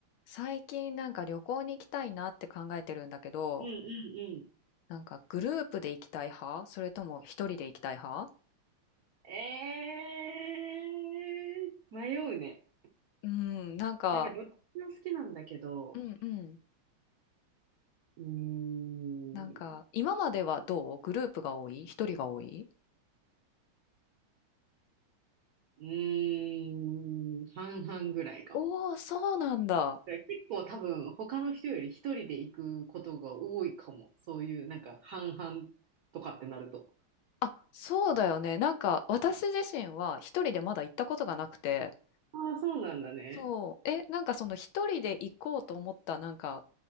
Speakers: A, on the left; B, on the right.
A: 最近なんか旅行に行きたいなって考えてるんだけど、
B: うんうんう
A: なんかグループで行きたい派それとも一人で行きたい派
B: ん。えー、迷うね。
A: うん、なんか、
B: なんかどっちも好きなんだけど、
A: うんうん。
B: うーん、
A: なんか、今まではどうグループが多い一人が多い
B: うーん、半々ぐらいかも。
A: おおー、そうなんだ。
B: だから結構多分他の人より一人で行くことが多いかも。そういうなんか半々とかってなると。
A: あ、そうだよね。なんか、私自身は一人でまだ行ったことがなくて。
B: ああ、そうなんだね。
A: そう。え、なんかその一人で行こうと思った、なんか、